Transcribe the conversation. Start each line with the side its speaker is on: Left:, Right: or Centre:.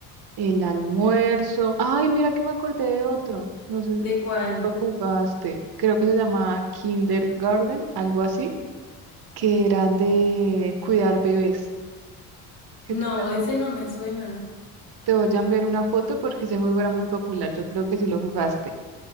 Right: el almuerzo. Ay, mira que me acordé de otro. No sé
Left: ¿De
Right: si
Left: cuál?
Right: tú lo jugaste. Creo que se llamaba Kindergarten, algo así, que era de cuidar bebés. Que
Left: No,
Right: tú eras
Left: ese
Right: un-
Left: no me suena.
Right: Te voy a enviar una foto porque ese juego era muy popular. Yo creo que sí lo jugaste.